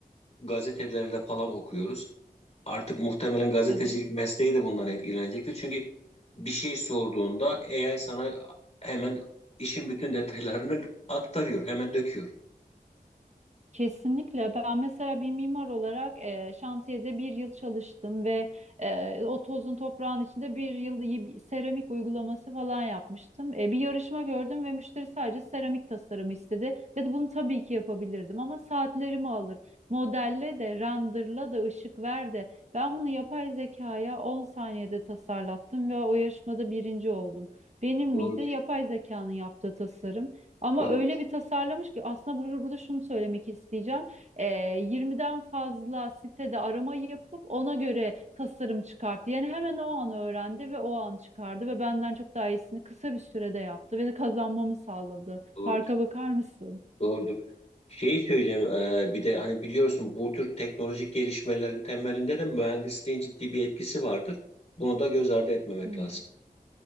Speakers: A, on the left; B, on the right.
A: gazetelerde falan okuyoruz. Artık muhtemelen gazetecilik
B: evet.
A: mesleği de bundan etkilenecektir. Çünkü bir şey sorduğunda AI sana hemen işin bütün detaylarını aktarıyor, hemen döküyor.
B: Kesinlikle. Ben mesela bir mimar olarak eee, şantiyede bir yıl çalıştım ve eee, o tozun toprağın içinde bir yıl iyi bir seramik uygulaması falan yapmıştım. E, bir yarışma gördüm ve müşteri sadece seramik tasarımı istedi ve bunu tabii ki yapabilirdim ama saatlerimi alır. Modelle de, renderla da, ışık ver de. Ben bunu yapay zekaya 10 saniyede tasarlattım ve o yarışmada birinci oldum. Benim miydi?
A: Doğrudur,
B: Yapay zekanın yaptığı tasarım. Ama
A: doğrudur,
B: öyle bir tasarlamış ki aslında bur- burada şunu söylemek isteyeceğim. Ee, 20'den fazla sitede arama yapıp ona göre tasarım çıkarttı. Yani hemen o an öğrendi ve o an çıkardı ve benden çok daha iyisini kısa bir sürede yaptı ve de kazanmamı sağladı.
A: doğrudur,
B: Farka bakar mısın?
A: doğrudur. Şeyi söyleyeceğim, eee, bir de hani biliyorsun bu tür teknolojik gelişmelerin temelinde de mühendisliğin ciddi bir etkisi vardır. Bunu da göz ardı etmemek
B: Hı.
A: lazım.